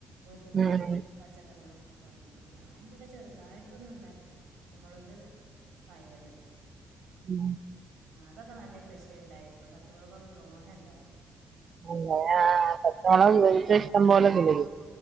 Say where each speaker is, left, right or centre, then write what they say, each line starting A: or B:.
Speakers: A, on the right; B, on the right.
A: വീട്ടിന്ന്
B: ഉം
A: പച്ചക്കറികളും <unintelligible> ഞാന് വിടെ ചെറ്തായിട്ടൊന് ണ്ടാക്കി പച്ചമുളക് പയറ്
B: ഉം
A: ആ അതൊക്കെ നല്ല കൃഷി ഇണ്ടായിട്ടും പച്ചമുളകൊക്കെ തോനെ ണ്ടായി.
B: <unintelligible> പച്ചമുളക് വീട്ട് ല് ഇഷ്ടം പോലെ <unintelligible>